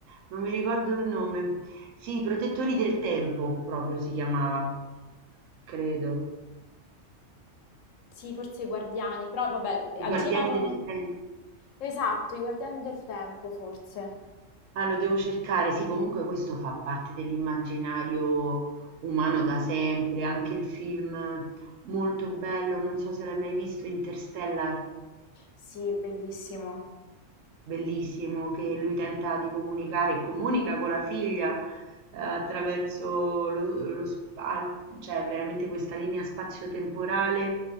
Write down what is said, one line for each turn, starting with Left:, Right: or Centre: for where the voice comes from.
Right: non mi ricordo il nome. Sì, i protettori del tempo proprio si chiamava, credo.
Left: Sì, forse i Guardiani, però vabbè, agivano...
Right: I guardiani del tempo.
Left: Esatto, I Guardiani del Tempo, forse.
Right: Ah, lo devo cercare. Sì, comunque questo fa parte dell'immaginario umano da sempre, anche il film molto bello, non so se l'hai mai visto, Interstellar.
Left: Sì, bellissimo.
Right: bellissimo che lui tenta di comunicare e comunica con la figlia eh, attraverso lo, lo spa- cioè veramente questa linea spazio-temporale